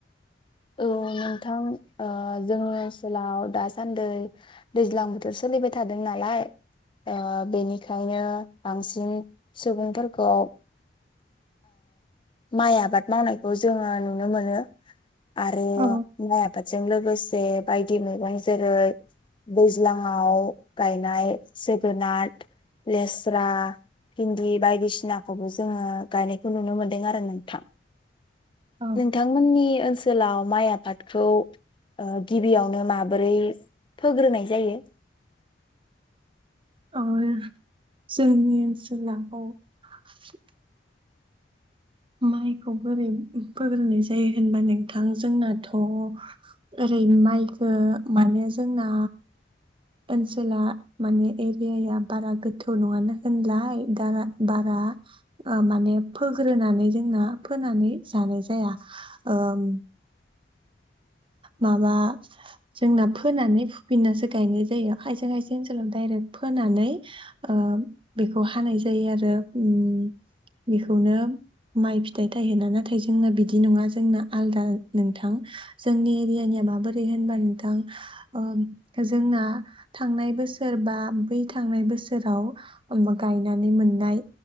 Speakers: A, on the left (about 30°); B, on the right (about 30°).
A: औ नोंथां ओ जोंनि ओनसोलाव दासान्दै दैज्लां बोथोर सोलिबाय थादों नालाय ओ बेनिखायनो बांसिन सुबुंफोरखौ ओ माइ आबाद मावनायखौ जोङो नुनो मोनो आरो
B: औ
A: माइ आ बादजों लोगोसे बायदि मैगं जेरै दैज्लाङाव गायनाय जोगोनार लेस्रा भिन्दि बायदिसिनाखौबो जोङो गायनायखौ नुनो मोनदों आरो नोंथां
B: औ
A: नोंथांमोननि ओस गाव माइ आबादखौ ओ गिबियावनो माबोरै फोग्रोनाय जायो
B: ओ जोंनि ओनसो <unintelligible> माइखौ बोरै फोग्रोनाय जायो होनबा नोंथां जोंनाथ' ओरै माइखो माने जोंना ओनसोला माने एरियाया बारा गोथौ नङानो होनलाय दाना दारा ओ माने फोग्रोनान नै जोंना फोनानै जानाय जाया ओम माबा जोंना फोनानै फुफिननासो गायनाय जायो खायसे खायसे ओनसोलाव डायरेक्ट फोनानै ओ बेखौ हानाय जायो आरो उम बेखौनो माइ फिथाइ थायहोना नाथाय जोंना बिदि नङा जोंना आलदा नोंथां जोंनि एरियानिया माबोरै होनबा नोंथां ओ जोंना थांनाय बोसोर बा बै थांनाय बोसोराव गायनानै मोननाय